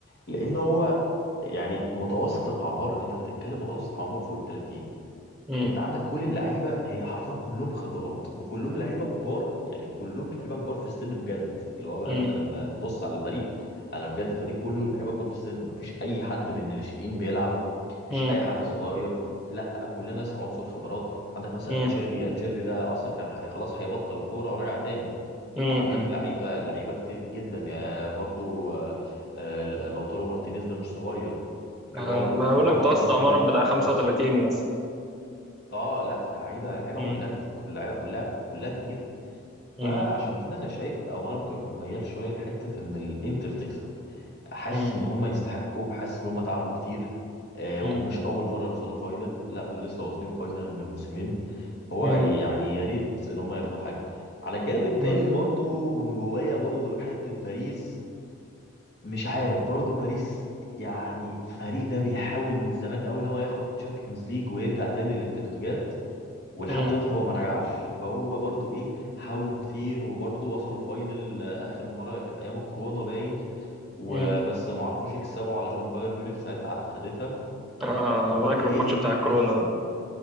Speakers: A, on the left; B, in the centre.
A: لان هو يعني متوسط الاعمار انت بتتكلم متوسط الاعمار فوق ال 30
B: مم.
A: انت عندك كل اللعيبه هي حرفيا كلهم خبرات وكلهم لعيبه كبار يعني كلهم لعيبه كبار في السن بجد اللي هو بقى
B: مم.
A: انت لما تبص على فريق انا بجد فريق كله لعيبه كبار في السن مفيش اي حد من الناشئين بيلعب مفيش
B: مم.
A: اي حد صغير لا كلنا ناس عنصر خبرات عندك مثلا
B: مم.
A: تشيربي تشيربي ده اصلا كان حي- خلاص هيبطل كوره ورجع تاني
B: مم.
A: وعندك
B: مم.
A: لعيبه لعيبه كتير جدا يا برضو آه، آه، لوتارو مارتينيز ده مش صغير تورام
B: آه، ما بقول
A: هو
B: لك
A: اه
B: متوسط
A: ممكن
B: عمرهم
A: يبقى
B: بتاع
A: متوسط
B: 35 مثلا
A: اه لا لعيبه لعيبه
B: مم.
A: كلها جد- كلها كلها كلها كبيره فعشان
B: مم.
A: كده انا شايف او انا ممكن اكون ميال شويه لحته ان الانتر تكسب حاسس
B: مم.
A: ان هم يستحقوا حاسس ان هم تعبوا كتير آه
B: مم.
A: ومش اول مره يوصلوا فاينل لا دول لسه واصلين فاينل من موسمين هو
B: مم.
A: يعني يا ريت ان هم ياخدوا حاجه على الجانب التاني
B: مم.
A: برضو من جوايا برضو حته باريس مش عارف برضو باريس يعني فريق ده بيحاول من زمان قوي ان هو ياخد تشامبيونز ليج ويرجع تاني للتتويجات ولحد
B: مم.
A: دلوقتي هو ما رجعش فهو برضو ايه حاولوا كتير وبرضو وصلوا فاينل آه، اخر مره كانت ايام الكورونا باين وبس
B: مم.
A: ما عرفوش يكسبوا علشان بايرن ميونخ ساعتها خدتها
B: اه
A: فبرضو
B: فاكر الماتش
A: ايه
B: بتاع
A: حاسس
B: الكورونا ده